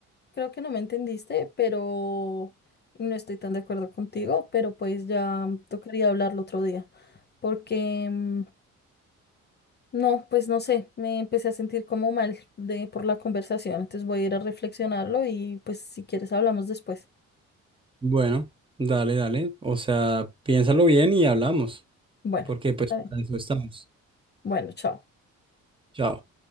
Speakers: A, on the left (about 35°); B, on the right (about 15°).
A: creo que no me entendiste, pero y no estoy tan de acuerdo contigo, pero pues ya tocaría hablarlo otro día, porque... mm, No, pues no sé, me empecé a sentir como mal de por la conversación, entonces voy a ir a reflexionarlo y pues si quieres hablamos después.
B: Bueno, dale, dale. O sea, piénsalo bien y hablamos,
A: Bueno,
B: porque pues
A: está
B: para
A: bien.
B: eso estamos.
A: Bueno, chao.
B: Chao.